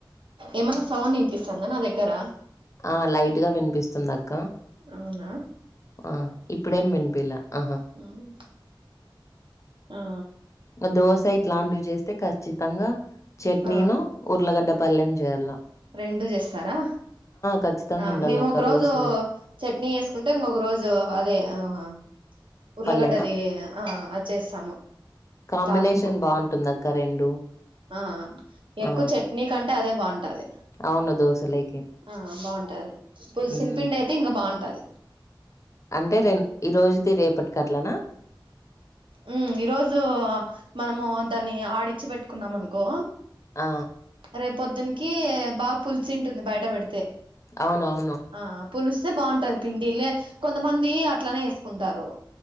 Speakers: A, on the right; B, on the left.
A: ఏమన్నా సౌండ్ ఇన్నిపిస్తందా నా దగ్గర
B: ఆ లైట్ గా వినిపిస్తుంది అక్క
A: అవునా
B: ఆ ఇప్పుడేం వినిపిలా ఆహా
A: ఊమ్ ఆ
B: దోశ ఇట్లాంటివి చేస్తే ఖచ్చితంగా చట్నీను
A: ఆ
B: ఊర్లగడ్డ పల్లెం చేయల్లా
A: రెండు చేస్తారా
B: ఖచ్చితంగా
A: అ
B: ఉండాలక్క
A: మేము ఒక రోజు
B: దోశలే
A: చట్నీ వేసుకుంటే ఇంకక రోజు అదే ఆహ ఉర్లగడ్డది
B: పల్లెమా
A: ఆ అది చేస్తాము
B: కాంబినేషన్
A: తాలింపు
B: బాగుంటుందక్క రెండు
A: ఆ ఎక్కువ
B: ఆ
A: చెట్ నీకంటే అదే బాగుంటది
B: అవును దోశలేకి
A: ఆ బాగుంటది పులిసిన
B: మ్మ్
A: పిండి అయితే ఇంకా బాగుంటది
B: అంటే రెన్ ఈ రోజుది రేపటి అట్లనా
A: ఉ ఈరోజు మనము దాన్ని ఆడిచ్చి పెట్టుకున్నాం అనుకో
B: ఆ
A: రేపు పొద్దున్కి బాగా పుల్చి ఉంటుంది బయట పెడితే
B: అవునవును
A: ఆ పులిస్తే బాగుంటది పిండిలే కొంతమంది అట్లనే వేసుకుంటారు